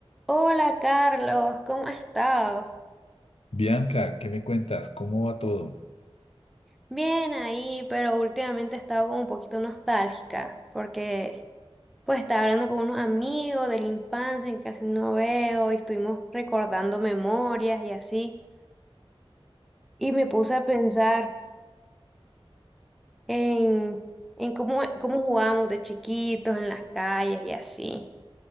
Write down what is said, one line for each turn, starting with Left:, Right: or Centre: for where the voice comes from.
Centre: Hola Carlos, ¿cómo has estado?
Left: Bianca, ¿qué me cuentas? ¿Cómo va todo?
Centre: Bien ahí, pero últimamente he estado como un poquito nostálgica porque pues estaba hablando con unos amigos de la infancia que casi no veo y estuvimos recordando memorias y así y me puse a pensar en, en cómo, cómo jugábamos de chiquitos en las calles y así.